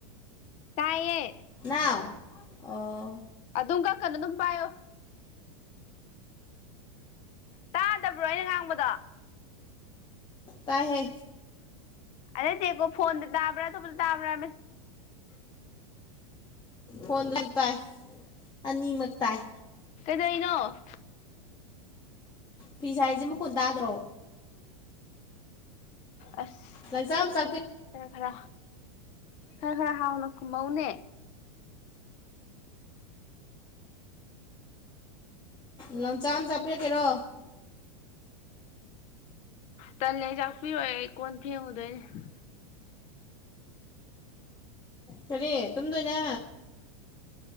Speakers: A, on the left; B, on the left.
A: ꯇꯥꯏꯌꯦ
B: ꯅꯥꯎ ꯑꯣ
A: ꯑꯗꯨꯝ ꯀꯛ ꯀꯩꯅꯣ ꯑꯗꯨꯝ ꯄꯥꯏꯌꯣ ꯇꯥꯗꯕ꯭ꯔꯣ ꯑꯩꯅ ꯉꯥꯡꯕꯗꯣ
B: ꯇꯥꯏ ꯍꯦ
A: ꯑꯗꯒꯣ ꯐꯣꯟꯗ ꯇꯥꯕ꯭ꯔꯥ ꯇ ꯄꯨꯅ ꯇꯥꯕ꯭ꯔ ꯃ
B: ꯍꯅ ꯇꯥꯏ ꯑꯅꯤꯃꯛ ꯇꯥꯏ
A: ꯁꯤꯩꯅꯣ
B: ꯐꯤꯁ ꯍꯥꯏꯁꯦ ꯃꯈꯨꯟ ꯇꯥꯗ꯭ꯔꯣ
A: ꯑꯁ
B: ꯂꯪꯁꯝ ꯆꯄꯤ
A: ꯈꯔ ꯈꯔ ꯈꯔ ꯈꯔ ꯍꯥꯎꯅ ꯀꯨꯝ ꯃꯧꯅꯦ
B: ꯂꯝꯣꯟꯆꯥꯟ ꯑꯃ ꯆꯄꯤꯤꯔꯛꯀꯦꯔꯣ
A: ꯇꯜꯂꯦ ꯆꯥꯛꯄꯤꯔꯣꯏ ꯑꯩ ꯀꯣꯟ ꯐꯦꯡꯉꯨꯗꯣꯏꯅꯦ
B: ꯀꯔꯤꯦ ꯇꯨꯝꯗꯣꯏꯅꯦ